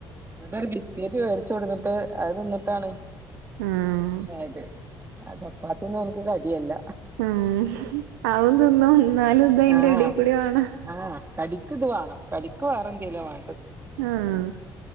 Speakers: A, on the right; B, on the right.
A: എന്നിട്ടൊരു ബിസ്ക്കറ്റ് മേടിച്ചു കൊടുത്തിട്ട് അത് തിന്നിട്ടാണ്
B: ആഹ്
A: പോയത് ആഹ് ചപ്പാത്തി ഒന്നും ഓലിക്ക് കടിയല്ല
B: ഉം അതും തിന്നും എന്നാലും ഇത് അയിന്റെ
A: ആഹ്
B: എടേ കൂടി വേണം
A: ആഹ് കടിക്ക് ഇത് വേണം കടിക്ക് വേറെന്തേലുവേ
B: ആഹ്